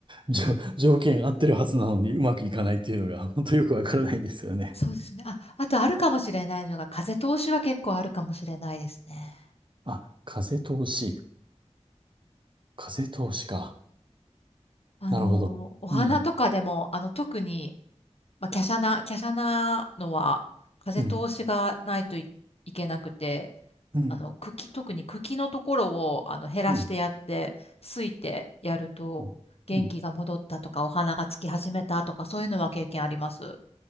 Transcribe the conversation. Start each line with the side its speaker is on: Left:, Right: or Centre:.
Right: じょ条件合ってるはずなのにうまくいかないっていうのが、本当よくわからないんですよね。
Left: そうですね。あ、あとあるかもしれないのが、風通しは結構あるかもしれないですね。
Right: あ、風通し。風通しか。
Left: あの、
Right: なるほど。
Left: お花とかでも、
Right: うん、
Left: あの、特に、まあ、華奢な、華奢なのは、風通しがないとい、
Right: うん、
Left: いけなくて、
Right: うん、
Left: あの、茎、特に茎のところを、あの、減らしてやって、
Right: うん、
Left: すいてやると、
Right: うん。
Left: 元気が戻ったとか、
Right: うん
Left: お花がつき始めたとか、そういうのは経験あります。